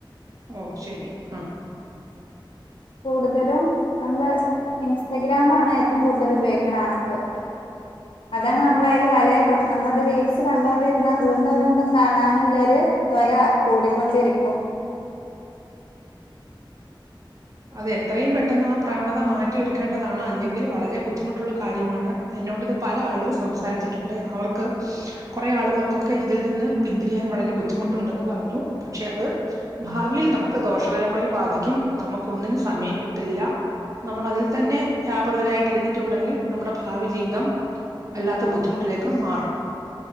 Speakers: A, on the right; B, on the left.
A: ഓഹ് ശെരി ആഹ്
B: കൂടുതലും നമ്മള് ഇൻസ്റ്റഗ്രാമാണ് ഏറ്റവും കൂടുതല് ഉപയോഗിക്കണ ആപ്പ് അതാണ് നമ്മൾ അതില് വലയപ്പെടുത്തുന്നത് നമ്മളത് റീൽസ് കണ്ടൊണ്ടിരുന്നാ വീണ്ടും വീണ്ടും കാണാനുള്ളൊരു ത്വര കൂടിക്കൊണ്ടിരിക്കും
A: അത് എത്രയും പെട്ടെന്ന് ആ പ്രവണത മാറ്റിയെടുക്കേണ്ടതാണ് അല്ലെങ്കിൽ വളരെ ബുദ്ധിമുട്ടുള്ള കാര്യമാണ് എന്നോടിത് പല ആളുകളും സംസാരിച്ചിട്ടുണ്ട് അവർക്ക് കുറെ ആളുകൾക്കൊക്കെ ഇതിൽ നിന്ന് പിന്തിരിയാൻ വളരെ ബുദ്ധിമുട്ടുണ്ടെന്ന് പറഞ്ഞു പക്ഷെ അത് ഭാവിയിൽ നമുക്ക് ദോഷകരമായി ബാധിക്കും നമുക്ക് ഒന്നിനും സമയം കിട്ടില്ല നമ്മളതിൽ തന്നെ വ്യാപൃതരായിട്ടിരുന്നി റ്റുണ്ടെങ്കിൽ നമ്മുടെ ഭാവി ജീവിതം വല്ലാത്ത ബുദ്ധിമുട്ടിലേക്ക് മാറും